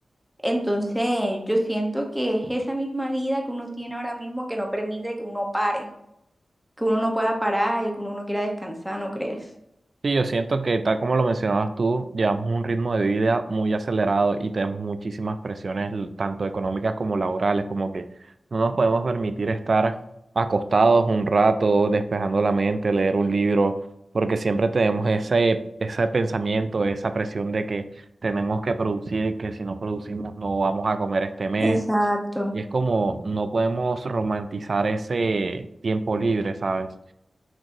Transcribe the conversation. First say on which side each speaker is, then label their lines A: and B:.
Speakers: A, in the centre; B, on the right.
A: Entonces, yo siento que es esa misma vida que uno tiene ahora mismo que no permite que uno pare, que uno no pueda parar y que uno no quiera descansar, ¿no crees?
B: Sí, yo siento que tal como lo mencionabas tú, llevamos un ritmo de vida muy acelerado y tenemos muchísimas presiones, l- tanto económicas como laborales, como que no nos podemos permitir estar acostados un rato, despejando la mente, leer un libro, porque siempre tenemos ese, ese pensamiento, esa presión de que tenemos que producir y que si no producimos no vamos a comer este mes.
A: Exacto,
B: Y es como no podemos romantizar ese tiempo libre, ¿sabes?